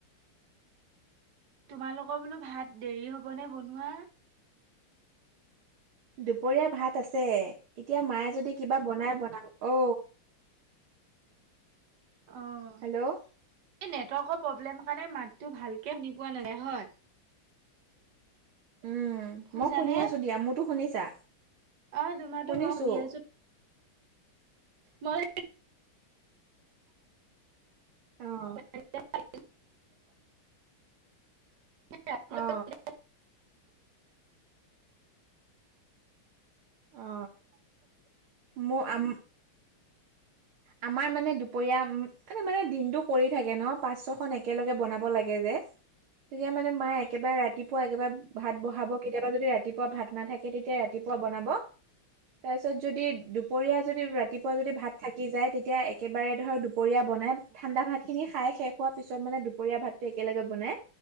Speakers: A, on the right; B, on the right.
A: তোমালোকৰ বোলো ভাত দেৰি হবনে বনোৱা?
B: দুপৰীয়া ভাত আছে, এতিয়া মায়ে যদি কিবা বনাই বনাব। অ,
A: অ',
B: হেল্ল'
A: এই নেটৱৰ্কৰ প্ৰব্লেম কাৰণে মাতো ভাল কে শুনি পোৱা নাই হয়।
B: উম
A: শুনিছানে?
B: মই শুনি আছো দিয়া। মোৰতো শুনিছা?
A: অ, তোমাৰোটো
B: শুনিছো
A: মই শুনি আছোঁ। মই
B: অ,
A: <inaudible> ৰা
B: অ
A: <unintelligible>
B: অ, মই আম আমাৰ মানে দুপৰীয়া মানে-মানে দিনতটো কৰি থাকে ন, পাঁচ ছয় খন একেলগে বনাব লাগে যে। তেতিয়া মানে মায়ে একেবাৰে ৰাতিপুৱা একেবাৰে ভাত বহাব। কেতিয়াবা যদি ৰাতিপুৱা ভাত নাথাকে, তেতিয়া ৰাতিপুৱা বনাব। তাৰ পিছত, যদি দুপৰীয়া যদি ৰাতিপুৱা যদি ভাত থাকে। থাকি যায়, তেতিয়া একেবাৰে ধৰ দুপৰীয়া বনাই। ঠাণ্ডা ভাত খিনি খাই শেষ হোৱা পিছত মানে দুপৰীয়া ভাতটো একেলগে বনাই।